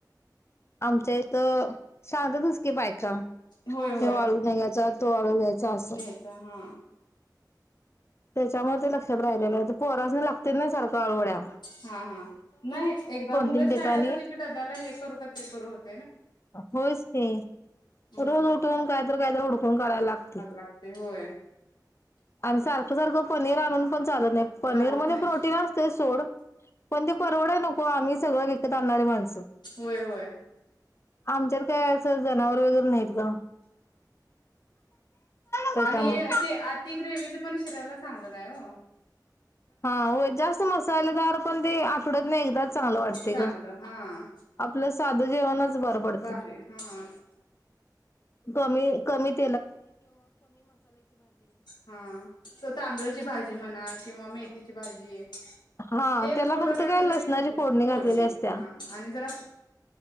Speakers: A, on the left; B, on the left.
A: आमच्या इथ सांगतातच की बाय का.
B: होय होय
A: हे आळू घ्यायचा. तो आळू घ्यायचा. असं.
B: घ्यायचा हा
A: त्याच्यामुळे ते लक्षात राहिलेलं आहे पोरासनी लागत्यात ना सारख आळू वड्या.
B: हा हा नाही एकदा मुलं
A: तीन ठिकाणी
B: शाळेला चालली की डब्याला हे करू का. ते करू होत
A: होयच की.
B: हा
A: रोज उठून कायतर-कायतर हुडकून काढायला लागते.
B: आग होय
A: आणि सारखं-सारखं पनीर आणून पण चालत नाही. पनीर
B: चालत
A: मध्ये
B: नाही
A: प्रोटीन असतय सोड पण ते परवडाय नको आम्ही सगळ विकत आणणारे माण
B: होय-होय.
A: आमच्यात काय अस ज जनावर वगैरे नाहीत ग. त्याच्यामुळे
B: आणि ते अति ग्रेवीचे पण. त्याला चांगलं नाही ओ.
A: हा हो जास्त मसालेदार पण ते आठवड्यतन एकदाच चांगलं वाटतय
B: चांगलं
A: ग
B: हा
A: आपलं साधं जेवणच बरं पडत.
B: भारी हा
A: कमी-कमीत.
B: हा तांदळची भाजी म्हणा. किंवा मेथी ची भाजी आहे.
A: हा
B: तेल
A: त्याला
B: थोडं
A: फक्त
B: घातलं
A: काय लसणाची
B: तरी किती
A: घातलेली
B: फोडणी हाय
A: असत्या
B: आणि जरा